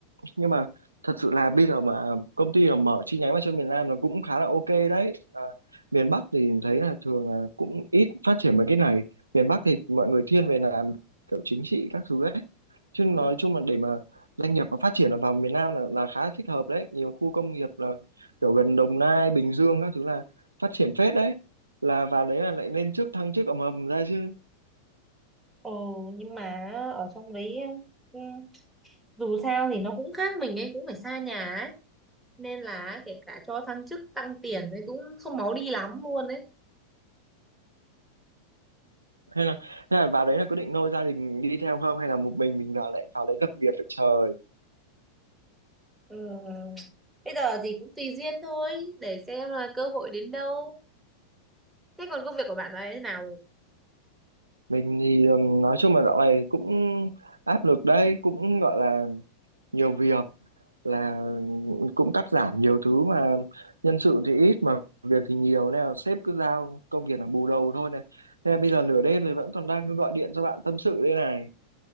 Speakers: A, on the right (about 80°); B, in the centre.
A: nhưng mà thật sự là bây giờ mà công ty mà mở chi nhánh vào cho miền Nam là cũng khá là ok đấy à, miền Bắc thì thấy là thường là cũng ít phát triển mấy cái này miền Bắc thì mọi người thiên về làm kiểu chính trị các thứ ấy chứ nói
B: Ừ.
A: chung là để mà doanh nghiệp mà phát triển là vào miền Nam là là khá thích hợp đấy nhiều khu công nghiệp là kiểu gần Đồng Nai Bình Dương các thứ là phát triển phết đấy là vào đấy là lại nên trước thăng chức ầm ầm ra chứ
B: Ồ nhưng mà ở trong đấy em, ừ, dù sao thì nó cũng khác mình ấy cũng phải xa nhà ấy nên là kể cả cho thăng chức tăng tiền thì cũng không máu đi lắm luôn đấy
A: hay là hay là vào đấy là có định nôi gia đình đi theo không hay là một mình mình vào lại vào đấy lập nghiệp vậy trời
B: ừ. bây giờ thì cũng tùy duyên thôi để xem là cơ hội đến đâu thế còn công việc của bạn ấy thế nào rồi?
A: mình thì ừm, nói chung là dạo này cũng áp lực đấy cũng gọi là nhiều việc là cũng cắt giảm nhiều thứ mà nhân sự thì ít mà việc thì nhiều nên là sếp cứ giao công việc là bù đầu thôi này Thế là bây giờ nửa đêm rồi vẫn còn đang gọi điện cho bạn tâm sự đây này